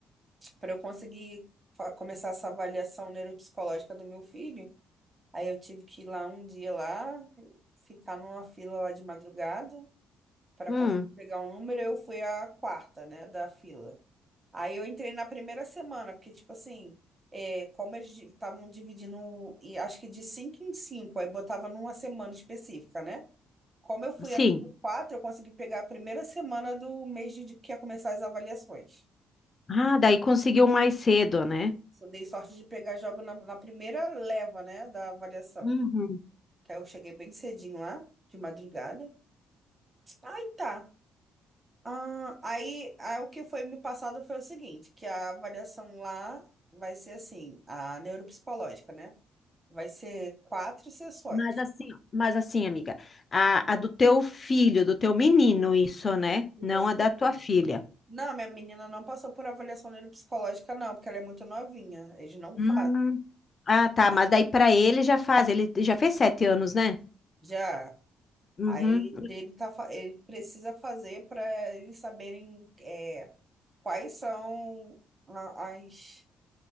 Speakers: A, on the right; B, on the left.
A: para eu conseguir fa- começar essa avaliação neuropsicológica do meu filho, aí eu tive que ir lá um dia lá, ficar numa fila lá de madrugada para
B: Hum,
A: conseguir pegar um número, eu fui a quarta, né, da fila. Aí eu entrei na primeira semana, porque, tipo assim, é, como eles estavam dividindo, e acho que de cinco em cinco, aí botava numa semana específica, né? Como eu fui
B: sim.
A: a número quatro, eu consegui pegar a primeira semana do mês de de que ia começar as avaliações.
B: Ah, daí conseguiu mais cedo, né?
A: Só dei sorte de pegar jogo na, na primeira leva, né, da avaliação.
B: Uhum.
A: Aí eu cheguei bem cedinho lá, de madrugada. Aí tá. Ah, aí, aí o que foi me passado foi o seguinte, que a avaliação lá vai ser assim, a neuropsicológica, né? Vai ser quatro sessões.
B: Mas assim, mas assim, amiga, a, a do teu filho, do teu menino, isso, né?
A: do
B: Não
A: meu menino.
B: a da tua filha.
A: Não, minha menina não passou por avaliação neuropsicológica, não, porque ela é muito novinha. Eles não
B: Hum.
A: fazem.
B: Ah, tá, mas daí pra ele já faz, ele já fez sete anos, né?
A: Já.
B: Uhum.
A: Aí dele tá, fa- ele precisa fazer para eles saberem é, quais são a- as